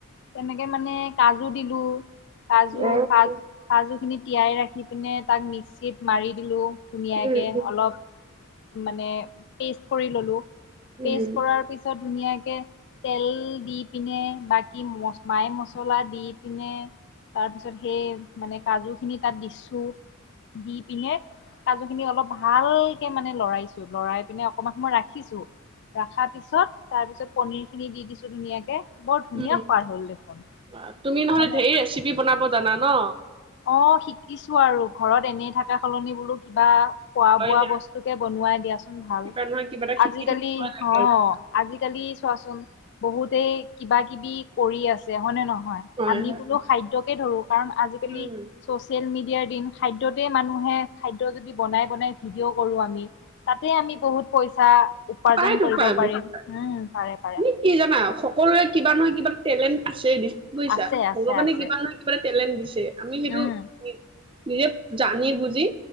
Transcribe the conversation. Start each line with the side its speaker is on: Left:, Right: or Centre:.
Left: তেনেকে মানে কাজু দিলো, কাজু
Right: অ',
Left: কাজ
Right: উম,
Left: কাজু খিনি তিয়াই ৰাখি পিনে তাক মিক্সিত মাৰি দিলোঁ ধুনীয়াকে
Right: উম,
Left: অলপ। মানে পেষ্ট কৰি ললো, পেষ্ট
Right: উম।
Left: কৰাৰ পিছত ধুনীয়া কে তেল দি পিনে বাকী ম মায় ম মচলা দি পিনে তাৰপিছত সেই মানে কাজু খিনি তাত দিছো। দি পিনে কাজু খিনি অলপ ভাল কে মানে লৰাইছো লৰাই পিনে অকণমান সমই ৰাখিছো। ৰখাৰ পিছত তাৰ পিছত পনিৰ খিনি দি দিছো ধুনীয়াকে বৰ ধুনীয়া
Right: উম,
Left: সোৱাদ হ'ল দেখোন।
Right: বাহ, তুমি নহ'লে
Left: মানে
Right: ঢেৰ ৰেচিপি বনাব জানা ন?
Left: অ শিকিছো আৰু, ঘৰত এনেই থকা সলনি বোলো কিবা খোৱা
Right: হয়
Left: বোৱা
Right: দিয়া,
Left: বস্তু কে বনোৱাই দিয়াচোন ভাল
Right: কিবা নহয় কিবা এটা শিকি
Left: আজিকালি
Right: থাকিব লাগে।
Left: অ। আজিকালি চোৱাচোন বহুতে কিবা কিবি কৰি আছে হয়নে নহয়?
Right: হয়,
Left: আমি
Right: হয়,
Left: বোলো খাদ্যকে ধৰো কাৰণ আজিকালি
Right: উম,
Left: চচিয়েল মিডিয়াৰ দিন খাদ্যতেই মানুহে খাদ্য যদি বনাই বনাই ভিডিঅ' কৰোঁ আমি। তাতে আমি বহুত পইচা। উপাৰ্জন
Right: পাইতো
Left: কৰিব
Right: পাই
Left: পাৰিম
Right: ব <inaudible>
Left: উম পাৰে পাৰে
Right: তুমি কি জানা সকলোৱে কিবা নহয় কিবা এটা টেলেণ্ট দি বুজিছা
Left: আছে আছে
Right: ভগৱানে
Left: আছে
Right: কিবা নহয় কিবা এটা টেলেণ্ট দিছে আমি সেইটো
Left: উম
Right: নিজে জানি বুজি